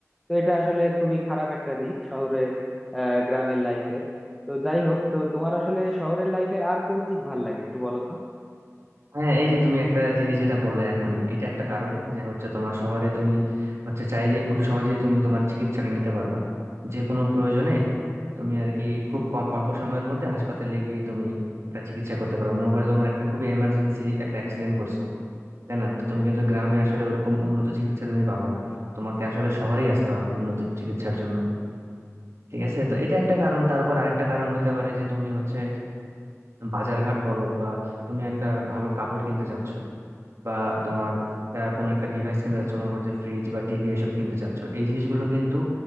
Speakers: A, in the centre; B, on the right (about 60°).
A: তো এটা আসলে খুবই খারাপ একটা দিক শহরের আহ গ্রামের লাইফের তো যাই হোক তো তোমার আসলে শহরের লাইফের আর কোন দিক ভাল লাগে একটু বলো তো
B: হ্যাঁ এই যে তুমি একটা জিনিস যেটা বললে এখনই এটা একটা কারণ যে হচ্ছে তোমার শহরে তুমি হচ্ছে চাইলে খুব সহজেই তুমি তোমার চিকিৎসাটা নিতে পারবা যে কোনো প্রয়োজনে তুমি আর কি খুব কম অল্প সময়ের মধ্যে হাসপাতালে গিয়ে তুমি একটা চিকিৎসা করতে পারো মনে করো তোমার একটা খুবই এমার্জেন্সি একটা অ্যাক্সিডেন্ট করছো তাই না তো তুমি কিন্তু গ্রামে আসলে ওরকম উন্নত চিকিৎসা তুমি পাবা না তোমাকে আসলে শহরেই আসতে হবে উন্নত চিকিৎসার জন্য ঠিক আছে তো এটা একটা কারণ তারপর আরেকটা কারণ হতে পারে যে তুমি হচ্ছে বাজারঘাট বলো বা তুমি একটা ভালো কাপড় কিনতে চাচ্ছ বা তোমার আহ, কোনো একটা ডিভাইস কিনতে চাচ্ছ মনে করো যে ফ্রিজ বা টিভি এসব কিনতে চাচ্ছ এই জিনিসগুলো কিন্তু